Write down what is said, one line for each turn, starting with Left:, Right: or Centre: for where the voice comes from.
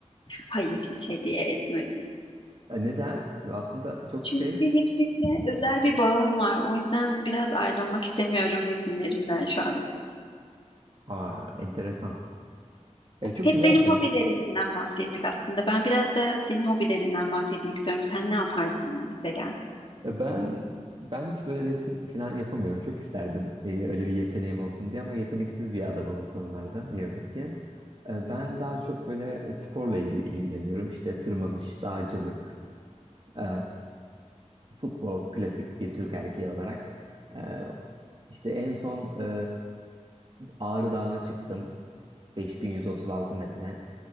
Left: Hayır, hiç hediye etmedim.
Right: E neden? E aslında çok
Left: Çünkü
Right: şey
Left: hepsiyle özel bir bağım var. O yüzden biraz ayrılmak istemiyorum resimlerimden şu an.
Right: aa, enteresan. E çok
Left: Hep
Right: güzel
Left: benim
Right: bir şey.
Left: hobilerimden bahsettik aslında. Ben biraz da senin hobilerinden bahsetmek istiyorum. Sen ne yaparsın mesela?
Right: E, Ben ben hiç böyle resim falan yapamıyorum. Çok isterdim e, öyle bir yeteneğim olsun diye ama yeteneksiz bir adamım o konularda ne yazık ki. E, Ben daha çok böyle sporla ilgi- ilgileniyorum. İşte tırmanış, dağcılık, e, futbol, klasik bir Türk erkeği olarak. E, İşte en son e, Ağrı Dağı'na çıktım. 5136 metre.